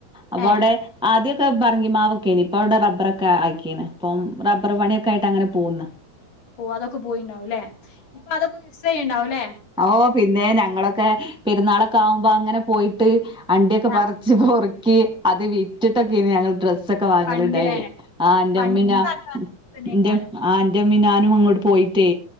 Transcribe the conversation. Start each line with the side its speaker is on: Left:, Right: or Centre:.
Centre: അപ്പൊ
Left: ഏഹ്
Centre: അവിടെ ആദ്യൊക്കെ ബറങ്ങി മാവൊക്കെന് ഇപ്പ അവിടെ റബ്ബറൊക്കെ ആക്കിയന അപ്പം റബ്ബർ പണിയൊക്കെ ആയിട്ട് അങ്ങനെ പോകുന്നു.
Left: ഓഹ് അതൊക്കെ പോയിണ്ടാവും ല്ലെ ഇപ്പൊ അതൊക്കെ മിസ് ചെയുണ്ടാവു ല്ലേ.
Centre: ഓഹ് പിന്നെ ഞങ്ങളൊക്കെ പെരുന്നാളൊക്കെ ആകുമ്പോ അങ്ങനെ പോയിട്ട് അണ്ടിയൊക്കെ
Left: ആഹ്
Centre: പറിച്ച് പൊറുക്കി അത് വിറ്റിട്ടൊക്കെ ഞങ്ങൾ ഡ്രസ് സൊക്കെ വാങ്ങലണ്ടായിന്
Left: പണ്ട്ലേ
Centre: ആഹ് ഇന്റെ
Left: പണ്ടത്തെ
Centre: മ്മ ഞ
Left: ആൾക്കാര് തന്നെയ്ക്കാരം
Centre: ന്റെ ആഹ് ന്റെ മ്മി ഞാനും അങ്ങോട്ട് പോയിട്ടേ